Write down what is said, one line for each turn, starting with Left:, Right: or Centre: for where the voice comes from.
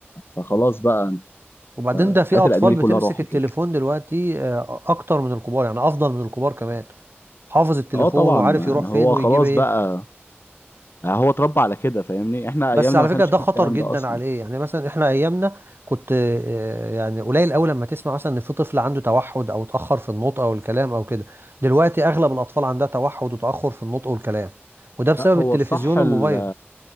Left: فخلاص بقى
Right: وبعدين ده في
Left: الحاجات
Right: اطفال
Left: القديمة دي
Right: بتمسك
Left: كلها راحت
Right: التليفون
Left: يعني.
Right: دلوقتي آه، اكتر من الكبار يعني افضل من الكبار كمان حافظ التليفون
Left: اه طبعا
Right: وعارف
Left: يعني
Right: يروح فين
Left: هو
Right: ويجيب
Left: خلاص
Right: ايه
Left: بقى يعني هو اتربى على كده فاهمني احنا
Right: بس
Left: ايامنا
Right: على
Left: ما
Right: فكره
Left: كانش
Right: ده
Left: فيه
Right: خطر
Left: الكلام
Right: جدا
Left: ده اصلا
Right: عليه يعني مثلا احنا ايامنا كنت آه، يعني قليل قوي لما تسمع مثلا ان في طفل عنده توحد او اتاخر في النطق او الكلام او كده دلوقتي اغلب الاطفال عندها توحد وتاخر في النطق والكلام وده بسبب
Left: لا هو
Right: التلفزيون
Left: الصح
Right: والموبايل
Left: ال...